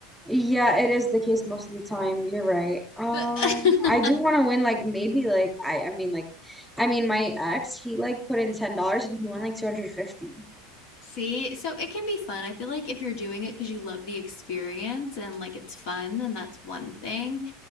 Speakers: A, in the centre; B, on the left.
A: Yeah, it is the case most of the time. You're right. Um,
B: <laughs>
A: I do want to win like maybe like I I mean like I mean my ex, he like put in $10 and he won like 250.
B: See, so it can be fun. I feel like if you're doing it because you love the experience and like it's fun, then that's one thing.